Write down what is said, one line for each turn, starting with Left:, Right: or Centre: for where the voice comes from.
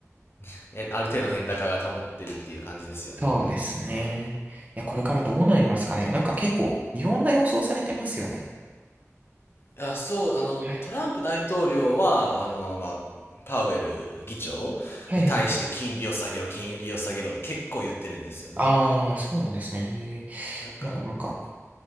Left: <laughs> えある程度の円高が保ってるっていう感じですよね。
Right: そうですね。
Left: あまあ、
Right: いや、これからどうなりますかね。なんか結構いろんな予想されてますよね。
Left: いやそう、あの、
Right: はい。
Left: トランプ大統領は、あの、まあ、パウエル議長に対して金利を下げろ、
Right: はいはい。
Left: 金利を下げろ、結構言ってるんですよね。
Right: ああ、そうなんですね。へえ
Left: だからもう、
Right: いや、もうなんか